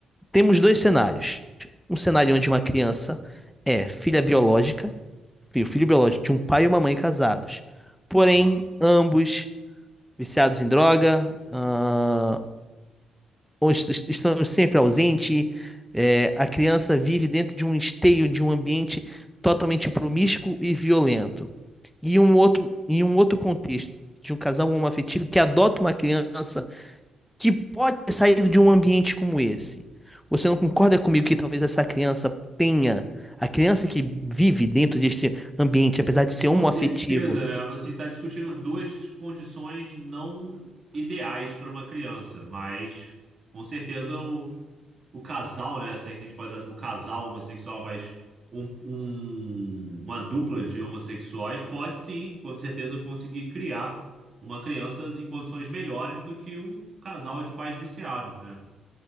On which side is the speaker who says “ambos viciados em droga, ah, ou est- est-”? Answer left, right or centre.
Centre